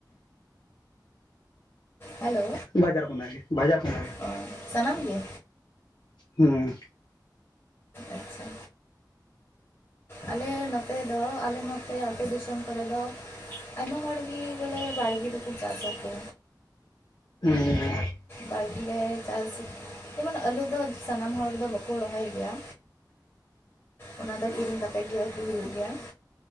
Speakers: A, on the left; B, on the left.
A: ᱦᱮᱞᱳ
B: ᱵᱟᱡᱟᱨ ᱠᱷᱚᱱᱟᱜ ᱜᱮ ᱵᱟᱡᱟᱨ ᱠᱷᱚᱱᱟᱜ ᱜᱮ
A: ᱚ ᱥᱟᱱᱟᱢ ᱜᱮ
B: ᱦᱩᱸ,
A: ᱟᱪᱪᱷᱟ ᱟᱞᱮ ᱱᱚᱛᱮ ᱫᱚ ᱟᱞᱮ ᱱᱚᱛᱮ ᱟᱹᱛᱩ ᱫᱤᱥᱚᱢ ᱠᱚᱨᱮ ᱫᱚ ᱟᱭᱢᱟ ᱦᱚᱲᱜᱤ ᱵᱚᱞᱮ ᱵᱟᱲᱜᱮ ᱫᱚᱠᱚ ᱪᱟᱥᱟ ᱠᱚ᱾
B: ᱦᱩᱸ
A: ᱵᱟᱲᱜᱤ ᱨᱮ ᱪᱟᱥ ᱡᱮᱢᱚᱱ ᱟᱹᱞᱩ ᱫᱚ ᱥᱟᱱᱟᱢ ᱦᱚᱲ ᱫᱚ ᱵᱟᱠᱚ ᱨᱚᱦᱚᱭ ᱜᱮᱭᱟ᱾ ᱚᱱᱟ ᱫᱚ ᱠᱤᱨᱤᱧ ᱠᱟᱛᱮᱫ ᱜᱮ ᱟᱹᱜᱩ ᱦᱩᱭᱩᱜ ᱜᱮᱭᱟ᱾